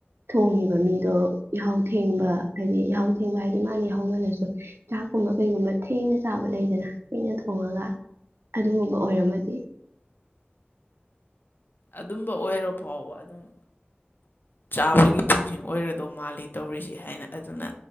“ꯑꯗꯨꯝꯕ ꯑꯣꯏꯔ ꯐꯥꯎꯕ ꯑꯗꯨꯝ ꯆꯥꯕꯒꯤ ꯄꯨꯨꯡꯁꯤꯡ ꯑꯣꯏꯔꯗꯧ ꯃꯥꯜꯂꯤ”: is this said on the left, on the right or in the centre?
Left